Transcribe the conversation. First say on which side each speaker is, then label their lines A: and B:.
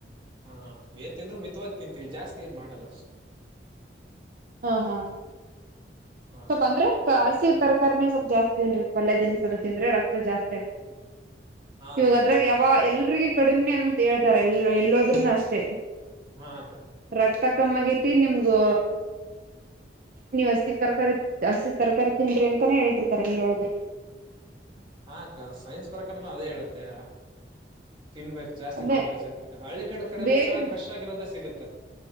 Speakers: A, on the right; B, on the right.
A: ಹಾ ಏನ್ ತಿಂದ್ರು ಮಿತವಾಗಿ ತಿಂತೀವಿ ಜಾಸ್ತಿ ಏನ್ ಮಾಡಲ್ಲ ಸ
B: ಹಾ ಹಾ
A: ಹಾ
B: ಸ್ವಲ್ಪ
A: ಅಕ್ಕ
B: ಅಂದ್ರೆ ಹಸಿ ತರಕಾರಾರಿೇ ಸ್ವಲ್ಪ ಜಾಸ್ತಿ ತಿಂದನ್್ರರಿ ಪಲ್ಯ ದಿನಸಲ ತಿಂದ್ರೆ ರಕ್ತ ಜಾಸ್ತಿ ಆಗ್ತದೆ
A: ಹಾ
B: ಇವಾಗ
A: ಅಕ್ಕ ಹೌದಕ್ಕ
B: ಅದ್ರಾಗ ಯಾವ ಎಲ್ರಿಗ ಕಡಿಮನೆ ಅನ್ನಂತ ಹೇಳ್ತಾರ ಎಲ್ಲೋ ಎಲ್ಲೋದ್ರೂನು ಅಷ್ಟೇ
A: ಹಾ ಅಕ್ಕ
B: ರಕ್ತ ಕಮ್ಮ ಆಗೈತಿ ನಿಮ್ಗೂ ನೀವಸ್ತಿ ಕರ್ಕ ಹಸತಿ ತರಕಾರಿ ತಿನ್್ರಿ ಅಂತಾನೇ ಹೇಳ್ತಿರ್ತಾರೆ ಎಲ್ಲಿೋಳಿದ್ರ
A: ಹಾ ಸೈನ್ಸ್ ಪ್ರಕಾರನ ಅದೇ ಹೇಳುತ್ತೆ ತಿನ್ಬೇಕು ಜಾಸ್ತಿ
B: ಅದೇ
A: ತಿನ್ಿ ಜಾತಿ ಹಳ್ಳ ಕಡೆ ಕಡೆಲ್ಲ
B: ಬೇಕ್ರಿ
A: ಚನ್ನಾಗಿಫ್ರೆ್ ಆಗಿರೋದ ಸಿಗುತ್ತೆ ತ